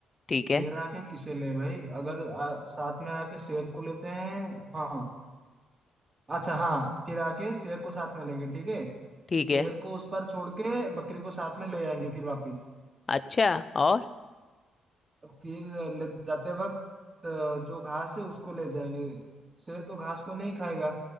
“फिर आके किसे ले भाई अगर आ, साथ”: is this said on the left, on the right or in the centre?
Right